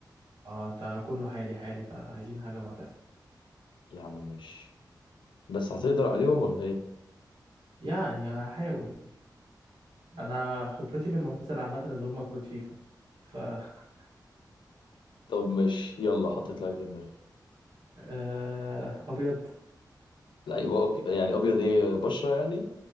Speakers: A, on the right; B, on the left.
A: اه انت كله حالي حالي فعايزين حاجة معتزل
B: يا عم ماشي بس هتقدر عليهم ولا ايه
A: يعني هحاول انا خبرتي في المعتزل عامة اللي هم كروت فيفا ف <laughs>
B: طب ماشي يلا حطيت لعيب في دماغي
A: آه، ابيض
B: لعيب أبي... يعني ابيض ايه بشره يعني